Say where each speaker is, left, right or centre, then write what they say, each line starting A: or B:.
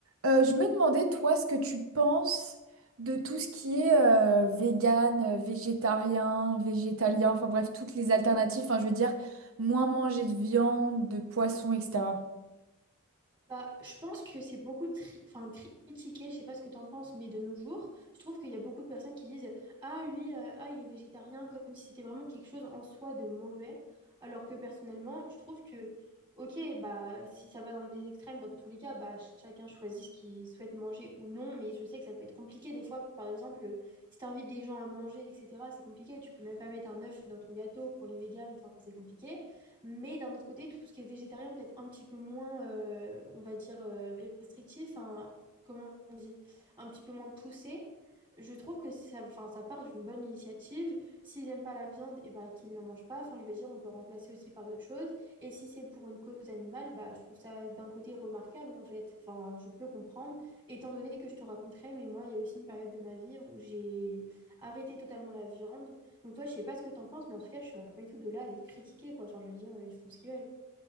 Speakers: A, on the right; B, on the right.
A: Euh, je me demandais, toi, ce que tu penses de tout ce qui est euh, vegan, euh, végétarien, végétalien, enfin bref, toutes les alternatives, enfin je veux dire, moins manger de viande, de poisson, etc.
B: Bah, je pense que c'est beaucoup tri- enfin, critiqué, je sais pas ce que tu en penses, mais de nos jours, je trouve qu'il y a beaucoup de personnes qui disent Ah, lui, euh, ah, il est végétarien, comme si c'était vraiment quelque chose en soi de mauvais. Alors que personnellement, je trouve que, ok, bah, si ça va dans les extrêmes, dans tous les cas, bah, chacun choisit ce qu'il souhaite manger ou non, mais je sais que ça peut être compliqué des fois. Par exemple, euh, si tu invites des gens à manger, etc., c'est compliqué. Tu peux même pas mettre un œuf dans ton gâteau pour les véganes, enfin, c'est compliqué. Mais d'un autre côté, tout ce qui est végétarien, peut-être un petit peu moins, euh, on va dire, euh, restrictif, hein, comment on dit, un petit peu moins poussé. Je trouve que ça, enfin, ça part d'une bonne initiative. S'ils n'aiment pas la viande, et ben qu'ils n'en mangent pas. Enfin, je veux dire, on peut remplacer aussi par d'autres choses. Et si c'est pour une cause animale, bah, je trouve ça d'un côté remarquable, en fait. Enfin, je peux comprendre, étant donné que je te raconterai, mais moi, il y a aussi une période de ma vie où j'ai arrêté totalement la viande. Donc toi, je sais pas ce que t'en penses, mais en tout cas, je serais pas du tout de là à les critiquer, quoi. Enfin, je veux dire, euh, ils font ce qu'ils veulent.